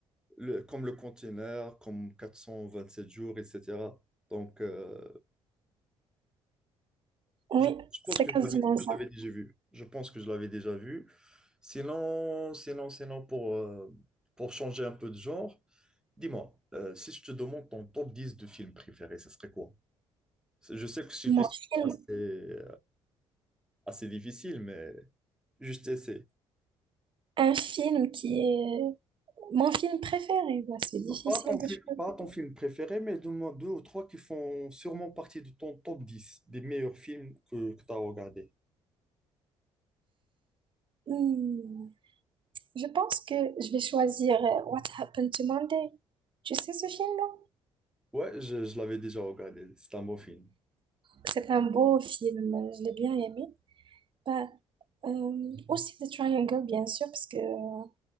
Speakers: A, in the centre; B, on the right.
A: le- comme Le Container, comme 427 jours, etc. Donc euh,
B: Oui,
A: je, je pense
B: c'est
A: que
B: quasiment
A: je l'avais que
B: ça.
A: je l'avais déjà vu. Je pense que je l'avais déjà vu. Sinon, sinon, sinon pour euh, pour changer un peu de genre, dis-moi, euh, si je te demande ton top 10 de films préférés, ça serait quoi? Je sais que c'est
B: Mon
A: une question
B: film,
A: assez Ah, c'est difficile, mais juste essaie.
B: un film qui est mon film préféré, bah, c'est
A: Non,
B: difficile
A: Pas ton, fi-
B: de choisir.
A: pas ton film préféré, mais donne-moi deux ou trois qui font sûrement partie de ton top 10 des meilleurs films que, que tu as regardé.
B: Hmm, Je pense que je vais choisir euh, What Happened to Monday. Tu sais ce film-là?
A: Ouais, je, je l'avais déjà regardé. C'est un bon film.
B: C'est un beau film, euh, je l'ai bien aimé. Bah, euh, aussi The Triangle, bien sûr, parce que euh,